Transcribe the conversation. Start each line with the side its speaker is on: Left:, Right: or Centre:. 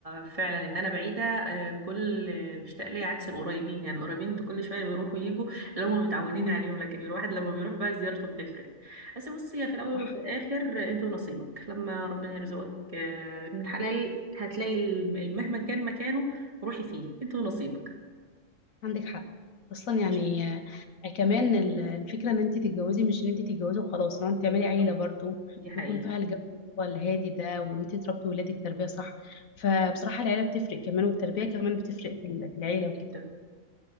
Right: فعلا ان انا بعيده إيه، كل بيشتاق لي عكس القريبين يعني القريبين انتوا كل شويه بيروحوا ويجوا اللي هم متعودين
Left: مم،
Right: عليهم لكن الواحد لما بيروح بقى زيارته بتفرق بس بصي هي في الاول
Left: صح
Right: وفي الاخر آه، انت ونصيبك لما ربنا يرزقك آه، ابن الحلال هتلاقي الم- مهما كان مكانه روحي فيه انت ونصيبك
Left: عندك حق اصلا يعني
Right: مش
Left: آه، كمان ال- الفكره ان انت تتجوزي مش ان انت تتجوزي وخلاص ان انت تعملي
Right: بالظبط
Left: عيله برضو
Right: دي حقيقه
Left: يكون فيها الجو اللي هو الهادي ده وان انت تربي ولادك تربيه صح فبصراحه العيله بتفرق كمان والتربيه كمان بتفرق في ال- في العيله وكده
Right: جدا